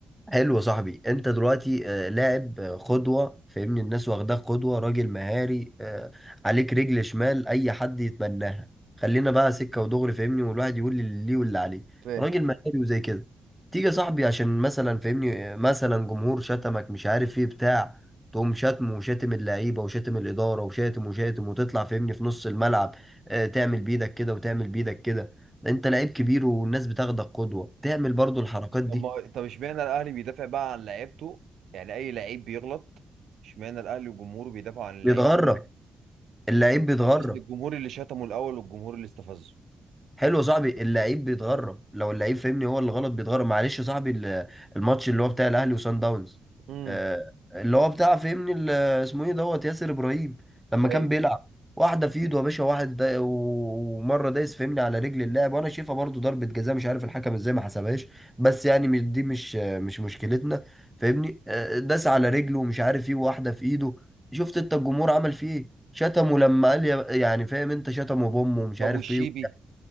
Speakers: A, in the centre; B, on the right.
A: حلو يا صاحبي انت دلوقتي آه، لاعب آه، قدوة فاهمني الناس واخداك قدوة راجل مهاري آه، عليك رجل شمال اي حد يتمناها خلينا بقى سكة ودغري فاهمني والواحد يقول لي اللي ليه واللي عليه
B: فاهم
A: راجل مهاري وزي كده تيجي يا صاحبي عشان مثلا فاهمني آه، مثلا جمهور شتمك مش عارف ايه بتاع تقوم شتم وشاتم اللعيبة وشاتم الإدارة وشاتم وشاتم وتطلع فاهمني في نص الملعب آه، تعمل بإيدك كده وتعمل بإيدك كده انت لعيب كبير والناس بتاخدك قدوة تعمل برضو الحركات دي
B: طب ما طب اشمعنى الاهلي بيدافع بقى عن لعيبته يعني اي لعيب بيغلط اشمعنى الاهلي وجمهوره بيدافعوا عن اللعيب
A: بيتغرب اللعيب بيتغرب
B: اصل الجمهور اللي شتمه الاول والجمهور اللي استفزه
A: حلو يا صاحبي اللعيب بيتغرب لو اللعيب فهمني هو اللي غلط بيتغرب معلش يا صاحبي ال- الماتش اللي هو بتاع الاهلي وصن داونز
B: امم
A: آه، اللي هو بتاع فهمني ال- اسمه ايه دوت ياسر ابراهيم لما
B: طيب
A: كان بيلعب واحده في ايده يا باشا واحد دا ومره دايس فهمني على رجل اللاعب وانا شايفها برضو ضربه جزاء مش عارف الحكم ازاي ما حسبهاش بس يعني مش- دي مش مش مشكلتنا فاهمني آه، داس على رجله ومش عارف ايه واحده في ايده شفت انت الجمهور عمل فيه ايه شتمه لما قال يا- يعني فاهم انت شتمه بامه ومش
B: طب
A: عارف
B: والشيبي
A: ايه